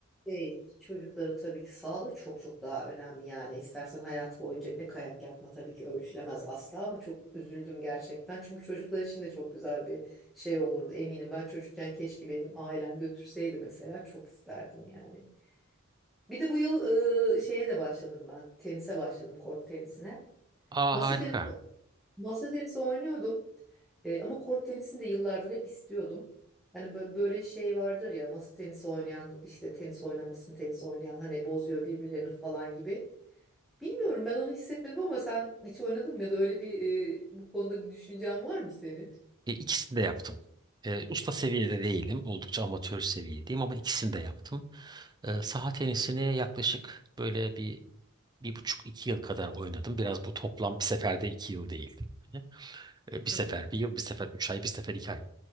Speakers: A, in the centre; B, on the right.
A: şey, çocukların tabii ki sağlığı çok çok daha önemli yani. İstersen hayat boyunca bile kayak yapma tabii ki ölçülemez asla ama çok üzüldüm gerçekten. Çünkü çocuklar için de çok güzel bir şey olurdu eminim. Ben çocukken keşke benim ailem götürseydi mesela çok isterdim yani. Bir de bu yıl e, şeye de başladım ben. Tenise başladım, kort tenisine.
B: Aa
A: Masa
B: harika.
A: tenisi masa tenisi oynuyordum. E, ama kort tenisini de yıllardır hep istiyordum. Hani bö- böyle şey vardır ya masa tenisi oynayan işte tenis oynamasın tenis oynayan hani bozuyor birbirlerini falan gibi. Bilmiyorum ben onu hissetmedim ama sen hiç oynadın mı ya da öyle bir e, bu konuda bir düşüncen var mı senin?
B: E, ikisini de yaptım. E, usta seviyede değilim. Oldukça amatör seviyedeyim ama ikisini de yaptım. E, saha tenisini yaklaşık böyle bir bir buçuk iki yıl kadar oynadım. Biraz bu toplam bir seferde iki yıl değil. Hani, E, bir
A: Hmm,
B: sefer bir yıl, bir sefer üç ay, bir sefer iki ay